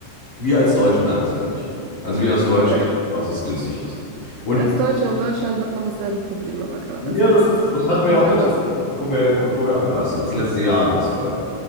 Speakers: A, on the left; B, on the right.
A: Wir als Deutsche merken es aber nicht. Also wir als Deutsche
B: Okay.
A: denken, dass es günstig ist. Und
B: Als Deutsche in Deutschland hat man dasselbe Problem aber gerade.
A: wir,
B: Also das
A: das,
B: ist hier
A: das hatten wir
B: nicht
A: auch,
B: anders
A: als wir,
B: gelaufen.
A: bevor wir, bevor wir abgereist sind. Das letzte Jahr wurde es teuer.